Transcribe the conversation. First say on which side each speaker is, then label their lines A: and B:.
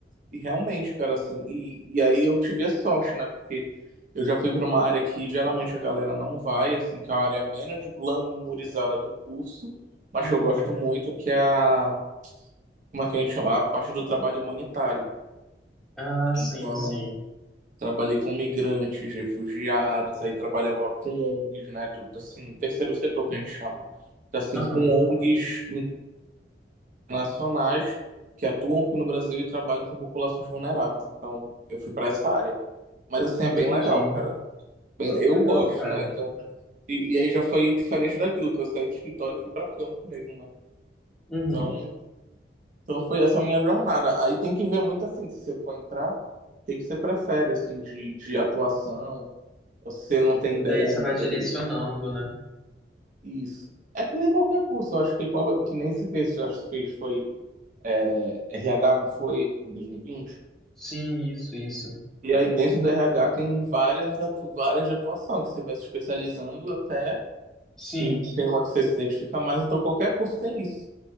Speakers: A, on the right; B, in the centre.
A: E realmente, cara, assim, e, e aí eu tive a sorte, né, porque eu já fui para uma área que geralmente a galera não vai, assim, que é a área menos glamourizada do curso, mas
B: uhum.
A: que eu gosto muito, que é a, como é que a gente chama? A parte do trabalho humanitário.
B: Ah,
A: Então,
B: sim, sim.
A: Trabalhei com migrantes, refugiados, aí trabalhava com ONGs, né, do, assim, terceiro setor que a gente chama, Então, assim,
B: Aham,
A: com ONGs internacionais que atuam aqui no Brasil e trabalham com populações vulneráveis. Então, eu fui para essa área. Mas assim
B: entendi.
A: é bem legal, cara. Bem,
B: Pô, que
A: eu
B: legal,
A: gosto,
B: cara.
A: né? Então, e, e aí já foi diferente daquilo que eu saí do escritório e fui para campo mesmo, né?
B: Uhum.
A: Então, então foi essa a minha jornada. Aí tem que ver muito assim, se você for entrar, o que que você prefere assim de, de atuação Você não tem ideia
B: Daí você
A: ainda.
B: vai direcionando, né?
A: Isso. É que nem qualquer curso, eu acho que, qual- que nem se fez, eu acho que fez foi é, RH, não foi, em 2020? E vinte.
B: Sim, isso, isso.
A: E aí dentro da RH tem várias, atu- várias de atuação, que você vai se especializando até,
B: Sim.
A: assim, tem uma que você se identifica mais, então qualquer curso tem isso.